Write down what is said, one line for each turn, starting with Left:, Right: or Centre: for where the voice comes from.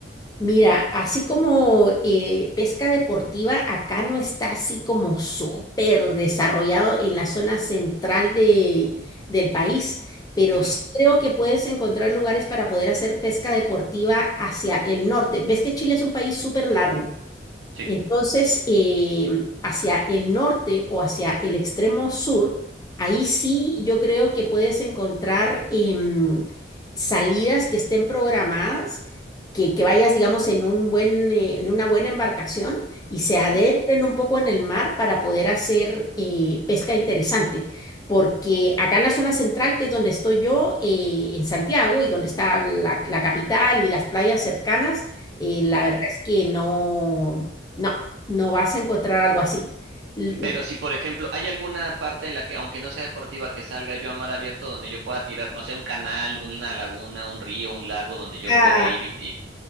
Left: Mira, así como eh, pesca deportiva, acá no está así como súper desarrollado en la zona central de, del país, pero
Right: Ujú,
Left: sí creo que puedes encontrar lugares para poder hacer pesca deportiva hacia el norte. Ves que Chile es un país súper largo.
Right: Sí.
Left: Entonces, eh, hacia el norte o hacia el extremo sur, ahí sí yo creo que puedes encontrar em, salidas que estén programadas, que, que vayas, digamos, en un buen, eh, en una buena embarcación y se adentren
Right: ujú,
Left: un poco en el mar para poder hacer eh, pesca interesante. Porque acá en la zona central, que es donde estoy yo, eh, en Santiago, y donde está la la capital y las playas cercanas, eh, la
Right: ujú.
Left: verdad es que no. No, no vas a encontrar algo así. L-
Right: Pero si, por ejemplo, hay alguna parte en la que, aunque no sea deportiva, que salga yo a mar abierto donde yo pueda tirar, no sé, un canal, una laguna, un río, un lago donde yo
Left: Ah,
Right: pueda ir y... y-